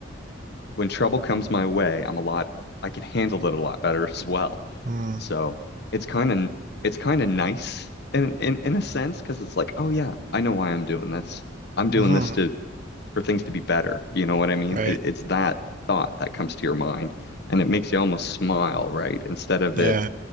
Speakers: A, on the left; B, on the right.
A: when trouble comes my way, I'm a lot I can handle it a lot better <laughs> as well.
B: mm,
A: So it's kind of it's kind of nice in in in a sense because it's like, oh yeah, I know why I'm doing this. I'm doing
B: hmm
A: this to for things to be better. You know what I mean?
B: Right.
A: It, it's that thought that comes to your mind, and it makes you almost smile, right? Instead of
B: Yeah.
A: it,